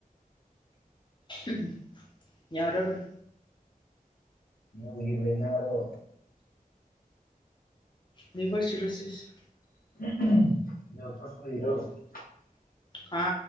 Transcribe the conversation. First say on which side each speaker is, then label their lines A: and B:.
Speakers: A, on the left; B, on the left.
A: ꯎꯝ ꯌꯥꯔꯔꯣꯏ
B: ꯉꯥꯎꯕꯒꯤ ꯂꯩꯅꯔꯣ
A: ꯂꯤꯚꯔ ꯁꯤꯔꯣꯁꯤꯁ
B: <unintelligible>
A: ꯈꯥ